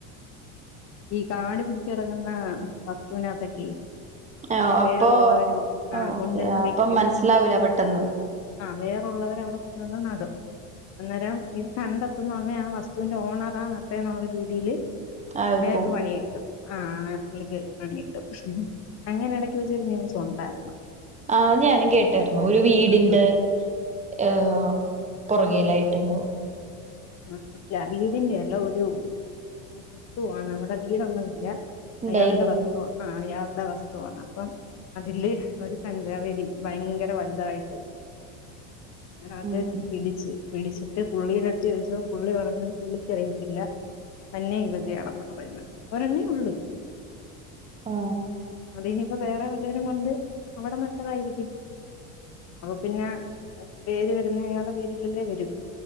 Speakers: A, on the left; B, on the right.
A: ഈ കാടു പിടിച്ചിറങ്ങുന്ന വസ്തുവിനകത്തൊക്കെ
B: ഓ
A: വേറുള്ളവര
B: അപ്പൊ ഓ
A: ആ
B: ഓക്കെ
A: കൊണ്ടുവന്ന്
B: അപ്പം
A: വെക്കും
B: മനസ്സിലാവൂല പെട്ടെന്ന്
A: ആ വേറൊള്ളവർ അവിടെ കൊണ്ട് വന്ന് നടും അന്നേരം ഇത് കണ്ടെത്തുന്ന <inaudible> ആ വസ്തുവിന്റെ ഓണറാ നട്ടേന്നുള്ള രീതിൽ
B: ആ ഇപ്പം
A: അയാക്ക് പണി കിട്ടും ആഹ് ആ പുള്ളിക്ക് പണികിട്ടും അങ്ങനെ ഇടക്ക് വെച്ചൊരു ന്യൂസ് ഉണ്ടായിരുന്നു
B: ആഹ് അത് ഞാനും കേട്ടായിരുന്നു ഒരു വീടിന്റെ
A: ആഹ്
B: ഏഹ് പുറകയിലായിട്ടെങ്ങും
A: ല്ല വീടിന്റെല്ല ഒരു വസ്തുവാണ് അവിടെ വീടൊന്നുവില്ല
B: ഉണ്ടായില്ല
A: അയാളുടെ വസ്തുവ അഹ് അയാ വസ്തുവാണ് അപ്പം അതില് ഒരു കഞ്ചാവേടി ഭയങ്കര വലുതായിട്ട് അങ്ങനെ അത്
B: ഉം
A: പിടിച്ച് പിടിച്ചിട്ട് പുള്ളിയുടെ അടുത്ത് ചോദിച്ചപ്പോ പുള്ളി പറഞ്ഞത് പുള്ളിക്കറിയത്തില്ല തന്നെ കിളിച്ചേയാണെന്ന പറയുന്നേ ഒരെണ്ണേ ഉള്ളൂ
B: ആ
A: അല്ലനിയിപ്പ വേറെ വല്ലരും കൊണ്ട് അവിടെ നട്ടതായിരിക്കും അപ്പൊ പിന്നെ പേര് വരുന്ന അയാടെ പേരിലല്ലേ വരൂ